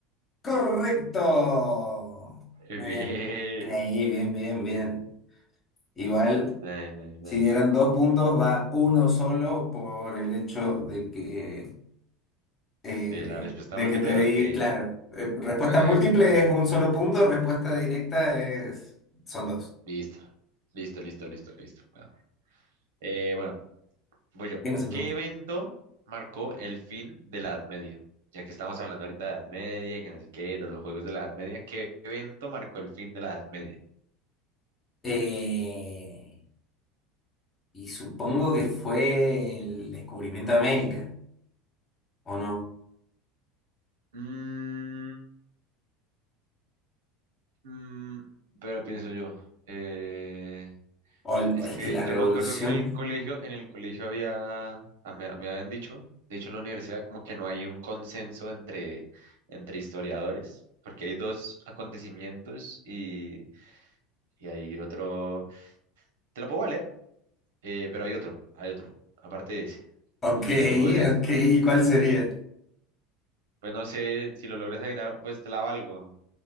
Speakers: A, on the left; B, on the right.
A: Correcto.
B: <laughs>
A: Muy
B: Bien.
A: bien. Bien ahí, bien, bien, bien. Igual,
B: Nice, nice, nice.
A: si dieran dos puntos, va uno solo por el hecho de que eh,
B: ¿De la respuesta
A: de
B: múltiple?
A: que te di,
B: Ok.
A: claro, eh, respuesta
B: Ok,
A: múltiple
B: ok, bueno.
A: es un solo punto, respuesta directa es, son dos.
B: Listo. Listo, listo, listo, listo. Bueno, Eh, bueno, voy yo.
A: Venga, se pregunta.
B: ¿Qué evento marcó el fin de la Edad Media? Ya que estamos hablando ahorita de Edad Media y que no sé qué, de los juegos de la Edad Media, ¿qué evento marcó el fin de la Edad Media?
A: Eh, y supongo que fue el descubrimiento de América, ¿o no?
B: Mm, Mm, pero pienso yo, eh,
A: O el-
B: es
A: es
B: que
A: que la
B: yo
A: revolución.
B: me acuerdo que en el colegio, en el colegio había, ah, me, me habían dicho, de hecho en la universidad como que no hay un consenso entre, entre historiadores, porque hay dos acontecimientos y, y hay otro, te lo puedo valer, eh, pero hay otro, hay otro, aparte de ese,
A: Ok,
B: no sé si lo podrías,
A: ok, ¿y cuál sería?
B: pues no sé si lo logras adivinar, pues te la valgo,